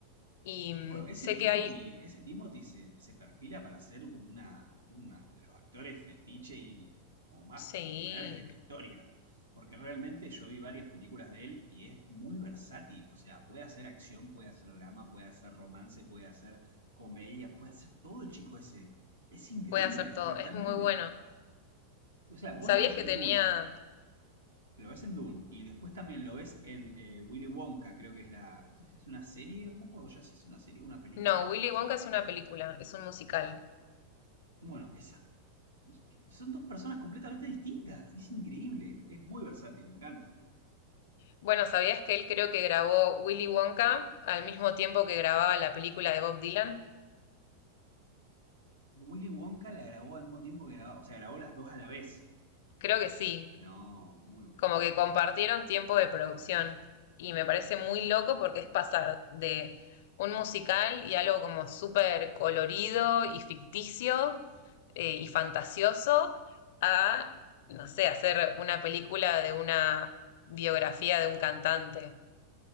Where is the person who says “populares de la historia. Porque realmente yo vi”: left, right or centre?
Right